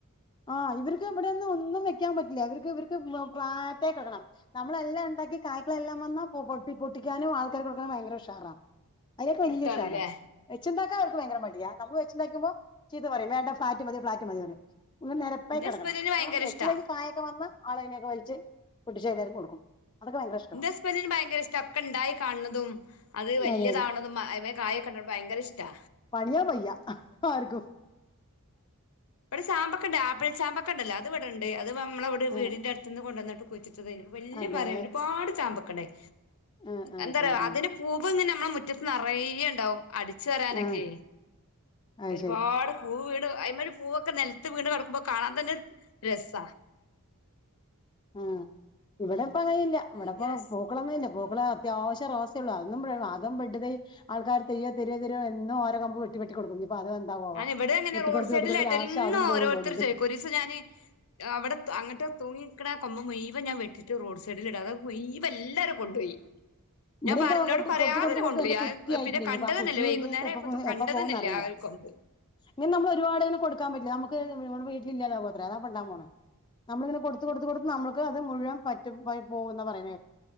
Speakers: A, on the left; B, on the left.
A: ആഹ് ഇവർക്ക് ഇവിടെന്നും ഒന്നും വെക്കാൻ പറ്റില്ല ഇവർക്ക് ഇവർക്ക് ഫ്ളാറ്റായ് കെടക്കണം നമ്മളെല്ലാ ഇണ്ടാക്കി കായ്ക്കളെല്ലാം വന്നാ പൊ പൊട്ടിക്കാനും ആൾക്കാർക്കൊടുക്കാനും ഭയങ്കര ഉഷാറ അതിനൊക്കെ വല്യ
B: ഇഷ്ടാണല്ലേ
A: ഉഷാറ വെച്ച്ണ്ടാക്കാ അവർക്ക് ഭയങ്കര മടിയ നമ്മള് വെച്ച്ണ്ടാക്കുമ്പൊ ചീത്ത പറയും വേണ്ട ഫ്ളാറ്റ് മതി ഫ്ളാറ്റ് മതി പറയും ഒന്ന് നെരപ്പായി
B: എന്റെ
A: കെടക്കണം
B: ഹസ്ബൻഡിന് ഭയങ്കര
A: വെച്ചി
B: ഇഷ്ടാ
A: ണ്ടാക്കി കായയൊക്കെ വന്ന ആള് അതിനെക്കെ വലിച്ച് പൊട്ടിച്ച് എല്ലാർക്കൂം കൊടുക്കും അതൊക്കെ ഭയങ്കര ഇഷ്ടവാ
B: ഇന്റ ഹസ്ബന്റിന് ഭയങ്കര ഇഷ്ട ഒക്കെ ഇണ്ടായി കാണണതും അത് വല്യതാവണതും
A: അതെ അതെ
B: അയിമേൽ കായയൊക്കെ വര ഭയങ്കരഷ്ടാ
A: പണിയാൻ വയ്യ ആർക്കും
B: ഇവിടെ ചാമ്പക്കണ്ട് ആപ്പിൾ ചാമ്പക്കണ്ടല്ലൊ അത് ഇവിടെണ്ട് അത് നമ്മള അവിടെ
A: ആഹ്
B: വീടിന്റെ അടുത്തിന്ന് കൊണ്ടന്നിട്ട് കുഴി ച്ചത വല്യ
A: അതെ
B: മര ഒരുപാട് ചാമ്പക്ക ഉണ്ടായി
A: ആഹ് ആഹ്
B: എന്താറിയോ
A: ആഹ് ആഹ്
B: അതിൻ്റെ പൂവ് ഇങ്ങനെ നമ്മളെ മുറ്റത്ത് നെറയ്യെ ഇണ്ടാവും അടിച്ച് വാരാനൊക്കെ
A: ആഹ് അത്
B: ഒരുപാട്
A: ശരി
B: പൂ വീണ് അയ്മരി പൂവൊക്കെ നെലത്ത് വീണ് കെടക്കുമ്പൊ കാണാൻ തന്നെ രസ
A: ഉം ഇവിടെ ഇപ്പ അങ്ങനെയില്ല ഇവിടിപ്പൊ
B: ഭയങ്കര രസ
A: പൂക്കളൊന്നും ഇല്ല പൂക്കള് അത്യാവശ്യം റോസാ ഉള്ള് അതും ബഡ് തൈയ് ആൾക്കാര് തരോ തരോ തരോ എന്നും ഓരൊ കമ്പ് വെട്ടി വെട്ടി കൊടുക്കും അത് എന്താവോ ആവോ
B: ഞാൻ ഇവിടെ അങ്ങന
A: വെട്ടിക്കൊടുത്ത്
B: റോഡ് സൈഡിൽ
A: വെട്ടിക്കൊടുത്ത്
B: ഇടയിൽ
A: ലാസ്റ്റ്
B: എന്നും
A: അതും പോകും
B: ഓരോരുത്തർ
A: തോന്നുന്നുണ്ട്
B: ചോദിക്കും ഒരു ദിവസം ഞാന് അവിടെ അങ്ങട്ട് തൂങ്ങി നിക്കണ കൊമ്പ് മുഴുവൻ ഞാൻ വെട്ടീട്ട് റോഡ് സൈഡിൽ ഇടാ അത് മുഴുവൻ എല്ലാരും കൊണ്ടുപോയി
A: ഉ ഇവിടെ
B: ഞാൻ പറ
A: ഇപ്പ
B: എന്നോട്
A: കൊണ്ട്
B: പറയാതെന്നെ
A: കൊടുത്തു കൊടുത്തു കൊടുത്ത്
B: കൊണ്ടോയി
A: എന്റെ
B: ഞാൻ
A: കുറ്റി ആയിട്ടുണ്ട്
B: പിന്നെ
A: ഇനിപ്പൊ
B: കണ്ടതന്നല്ലേ
A: ആ കുറ്റി
B: വൈകുന്നേരം
A: ഇനി
B: ആയപ്പോ കണ്ടതന്നല്ലേ
A: എപ്പ പോകോന്നറിയില്ല
B: ആ ഒരു കൊമ്പ്
A: ഇങ്ങന നമ്മള് ഒരുപാട് ഇങ്ങനെ കൊടുക്കാൻ പറ്റില്ല നമ്മക്ക് നമ്മളെ വീട്ടിലില്ലാതെ ആവും അതാ ഇപ്പ ഇണ്ടാവാൻ പോണെ നമ്മളിങ്ങനെ കൊടുത്ത് കൊടുത്ത് കൊടുത്ത് നമ്മുക്ക് അത് മുഴുവൻ പറ്റി പോകുന്ന പറയണ